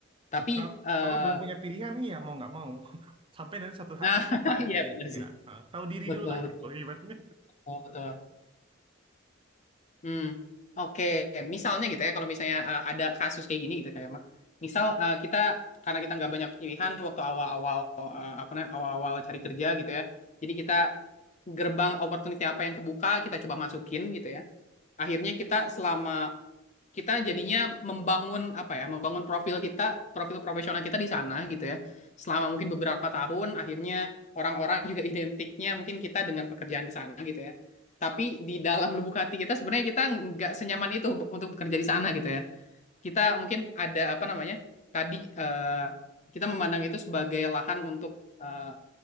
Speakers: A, on the left; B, on the right.
A: Tapi
B: Ka-
A: eh
B: Kalau belum punya pilihan, iya mau nggak mau. <laughs> Sampai nanti
A: <laughs>
B: satu saat
A: nah <laughs>
B: kamu memilih,
A: iya benar sih.
B: ya. eh, Tahu diri
A: Betul,
B: dulu lah
A: betul.
B: gitu, ibaratnya.
A: Oh, betul. Hmm, oke. Misalnya gitu ya, kalau misalnya eh, ada kasus kayak gini gitu kayak Mak. Misal eh, kita karena kita nggak banyak pilihan waktu awal-awal eh, apa namanya awal-awal cari kerja gitu ya. Jadi kita gerbang opportunity apa yang kebuka kita coba masukin gitu ya. Akhirnya kita selama kita jadinya membangun apa ya membangun profil kita profil profesional kita di sana gitu ya selama mungkin beberapa tahun akhirnya orang-orang juga identiknya mungkin kita dengan pekerjaan di sana gitu ya tapi di dalam lubuk hati kita sebenarnya kita nggak senyaman itu untuk, untuk bekerja di sana gitu ya kita mungkin ada apa namanya tadi eh, kita memandang itu sebagai lahan untuk eh,